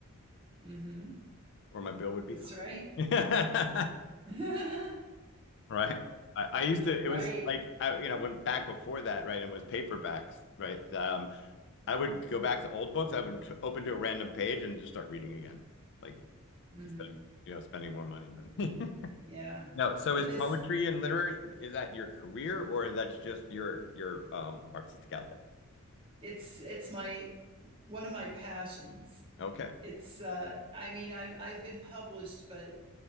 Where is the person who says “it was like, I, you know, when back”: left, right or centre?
Left